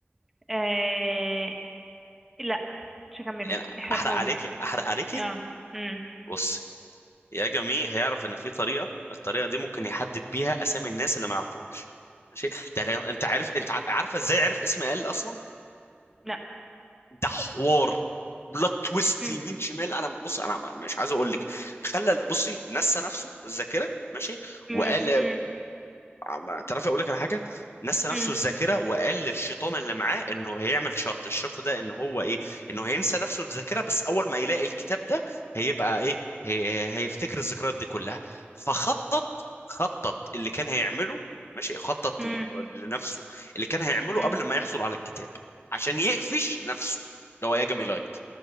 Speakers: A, in the centre; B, on the left.
A: آه... لا مش هكمله
B: يعني
A: احرقهولي
B: احرق عليكي احرق عليكي
A: اه امم
B: بص ياجامي هيعرف ان في طريقه الطريقه دي ممكن يحدد بيها اسامي الناس اللي ما يعرفهمش ماشي ده ده- انت عارف انت عارفه ازاي عرف اسم ال اصلا
A: لا
B: ده حوار بلوت تويست
A: امم
B: يمين شمال انا بص انا ما- مش عايز اقول لك خلى بصي نسى نفسه الذاكره ماشي وقال
A: امم امم
B: ما تعرف اقول لك على حاجه نسى نفسه
A: امم
B: الذاكره وقال للشيطان اللي معاه انه هيعمل شرط الشرط ده ان هو ايه انه هينسى نفسه الذاكره بس اول ما يلاقي الكتاب ده هيبقى ايه هي... هيفتكر الذكريات دي كلها فخطط خطط اللي كان هيعمله ماشي خطط
A: امم
B: لم- لنفسه اللي كان هيعمله
A: امم
B: قبل ما يحصل على الكتاب عشان يقفش نفسه اللي هو ياجامي لايت